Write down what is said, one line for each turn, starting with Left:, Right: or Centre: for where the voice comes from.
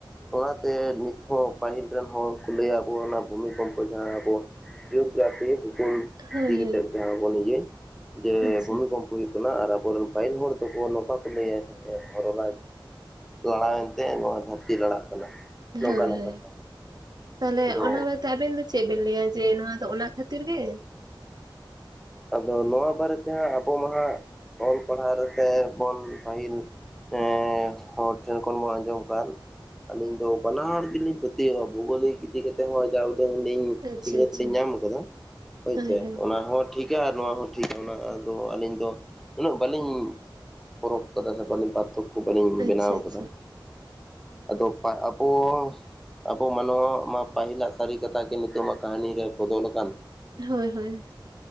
Centre: ᱚᱱᱟᱛᱮ ᱱᱤᱛ ᱦᱚᱸ ᱯᱟᱹᱦᱤᱞ ᱨᱮᱱ ᱦᱚᱲ ᱠᱚ ᱞᱟᱹᱭᱟ ᱟᱵᱚ ᱚᱱᱟ ᱵᱷᱩᱢᱤ ᱠᱚᱢ ᱡᱟᱦᱟᱸ ᱟᱵᱚ ᱡᱤᱭᱳᱜᱨᱟᱯᱷᱤ ᱵᱷᱩᱜᱳᱞ
Right: ᱦᱳᱭ
Centre: ᱤᱫᱤ ᱠᱟᱛᱮᱫ
Right: ᱦᱳᱭ
Centre: ᱡᱟᱦᱟᱸ ᱵᱚᱱ ᱤᱭᱟᱹ ᱡᱮ
Right: ᱟᱪᱪᱷᱟ
Centre: ᱵᱷᱩᱢᱤᱠᱚᱢᱯᱚ ᱦᱩᱭᱩᱜ ᱠᱟᱱᱟ ᱟᱨ ᱟᱵᱚᱨᱮᱱ ᱯᱟᱹᱦᱤᱞ ᱦᱚᱲ ᱫᱚᱠᱚ ᱱᱚᱝᱠᱟ ᱠᱚ ᱞᱟᱹᱭᱟ ᱡᱮ, ᱦᱚᱨᱚ ᱨᱟᱡᱽ ᱞᱟᱲᱟᱣᱮᱱᱛᱮ ᱱᱚᱣᱟ ᱫᱷᱟᱹᱨᱛᱤ ᱞᱟᱲᱟᱜ ᱠᱟᱱᱟ᱾
Right: ᱦᱳᱭ
Centre: ᱱᱚᱝᱠᱟᱱᱟᱜ
Right: ᱦᱳᱭ
Centre: ᱠᱟᱛᱷᱟ
Right: ᱛᱟᱦᱞᱮ
Centre: ᱟᱫᱚ
Right: ᱚᱱᱟ ᱵᱟᱫᱽ ᱟᱵᱮᱱ ᱫᱚ ᱪᱮᱫ ᱵᱮᱤᱱ ᱞᱟᱹᱭᱟ ᱡᱮ ᱱᱚᱣᱟ ᱫᱚ ᱚᱱᱟ ᱠᱷᱟᱹᱛᱤᱨ ᱜᱮ?
Centre: ᱟᱫᱚ ᱱᱚᱣᱟ ᱵᱟᱨᱮᱛᱮ ᱦᱟᱸᱜ ᱟᱵᱚ ᱢᱟ ᱦᱟᱸᱜ ᱚᱞ ᱯᱟᱲᱦᱟᱣ ᱨᱮ ᱥᱮ ᱵᱚᱱ ᱯᱟᱹᱦᱤᱞ ᱮᱸ ᱦᱚᱲ ᱴᱷᱮᱱ ᱠᱷᱚᱱ ᱵᱚᱱ ᱟᱸᱡᱚᱢ ᱠᱟᱫ ᱟᱹᱞᱤᱧ ᱫᱚ ᱵᱟᱱᱟ ᱦᱚᱲ ᱜᱮᱞᱤᱧ ᱯᱟᱹᱛᱭᱟᱹᱜᱼᱟ ᱵᱷᱳᱣᱜᱳᱞᱤᱠ ᱤᱫᱤ ᱠᱟᱛᱮ ᱦᱚᱸ ᱡᱟ ᱩᱰᱟᱹᱝ ᱞᱤᱧ
Right: ᱟᱪᱪᱷᱟ
Centre: ᱥᱤᱠᱷᱱᱟᱹᱛ
Right: ᱟᱪᱪᱷᱟ
Centre: ᱞᱤᱧ ᱧᱟᱢ ᱟᱠᱟᱫᱟ ᱦᱳᱭᱥᱮ
Right: ᱦᱳᱭ ᱦᱳᱭ
Centre: ᱚᱱᱟ ᱦᱚᱸ ᱴᱷᱤᱠ ᱠᱟ ᱟᱨ ᱱᱚᱣᱟ ᱦᱚᱸ ᱴᱷᱤᱠᱟ ᱚᱱᱟ ᱟᱫᱚ ᱟᱹᱞᱤᱧ ᱫᱚ ᱩᱱᱟᱹᱜ ᱵᱟᱹᱞᱤᱧ ᱯᱚᱨᱚᱠᱷ ᱠᱟᱫᱟ ᱥᱮ ᱵᱟᱞᱤᱧ ᱯᱟᱨᱛᱷᱚᱠ ᱠᱚ ᱵᱟᱞᱤᱧ
Right: ᱟᱪᱪᱷᱟ
Centre: ᱵᱮᱱᱟᱣ
Right: ᱟᱪᱪᱷᱟ
Centre: ᱠᱟᱫᱟ ᱟᱫᱚ ᱯᱟ ᱚ ᱟᱵᱚ ᱢᱟᱱᱣᱟᱣᱟᱜ ᱢᱟ ᱯᱟᱹᱦᱤᱞᱟᱜ ᱥᱟᱹᱨᱤ ᱠᱟᱛᱷᱟ ᱜᱮ ᱱᱤᱛᱚᱜ ᱢᱟ ᱠᱟᱹᱦᱱᱤ ᱨᱮ ᱵᱚᱫᱚᱞᱟᱠᱟᱱ᱾
Right: ᱦᱳᱭ ᱦᱳᱭ᱾